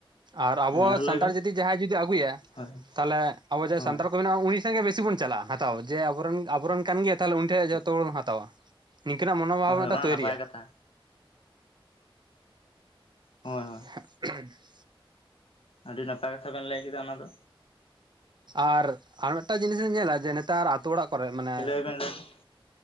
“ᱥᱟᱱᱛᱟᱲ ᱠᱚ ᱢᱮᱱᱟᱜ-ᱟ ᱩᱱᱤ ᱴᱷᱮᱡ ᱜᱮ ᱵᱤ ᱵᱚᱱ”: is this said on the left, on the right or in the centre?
Right